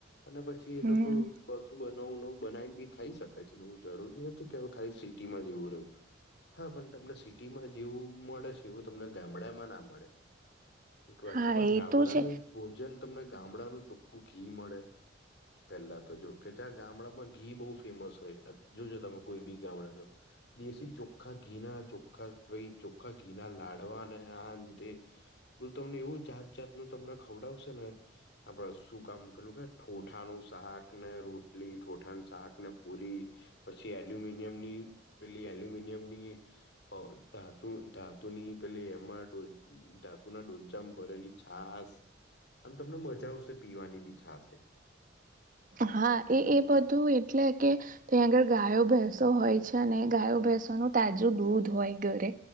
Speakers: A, on the left; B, on the right.
A: અને પછી એ
B: હમ
A: લોકો બધું બનાવું નવું બનાવી બી ખાઈ શકે છેને એવું જરૂરી નથી કે હવે ખાલી સિટીમાં જેવું રહ્યું હા પણ તમને સિટીમાં જેવું મળે છે એવું તમને ગામડામાં ના મળે એક વાત
B: હા
A: છે પણ
B: એ
A: ગામડાનું
B: તો છે
A: જ ભોજન તમને ગામડાનું ચોખ્ખું ઘી મળે પેલા તો જો કે ત્યાં ગામડામાં ઘી બહુ ફેમસ હોય જોજ તમે કોઈ બી ગામડાો દેશી ચોખ્ખા ઘીના ચોા પ ચોખ્ખા ઘીના લાડવાને આ અંતે બલું તમને એવું જાત જાત ન તમને ખવડાવશે ને આપડ શું કામ પેલું કે ઠોઠાનું શાક ને રોટલી ઠાનું શાક ને પૂરી પછી એલ્યુમિનિયમ ની પેલી એલ્યુમિનિયમ ની પ ધાતુ ધાતુની પે એમાં ડોલ ધાતુ ના ડોલચામાં ભરેલી છાસ આમ તમને મજા આવશે પીવાની બી છાાસ
B: હા એ એ બધું એટલે કે તંયા આગળ ગાયો ભેંસો હોય છે ને ગાયો ભેંસોનું તાજું દૂધ હોય ઘરે